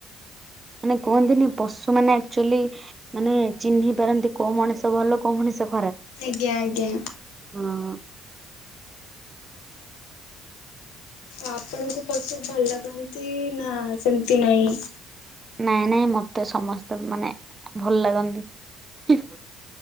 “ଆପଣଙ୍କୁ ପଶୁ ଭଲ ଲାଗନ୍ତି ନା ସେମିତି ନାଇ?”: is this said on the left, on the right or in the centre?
Left